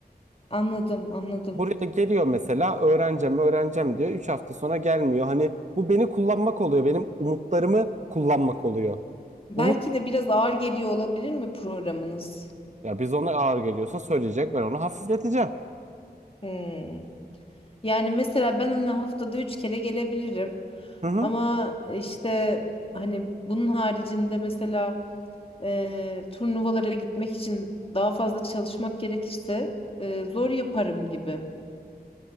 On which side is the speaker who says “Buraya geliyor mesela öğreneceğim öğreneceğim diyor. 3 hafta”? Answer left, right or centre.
Right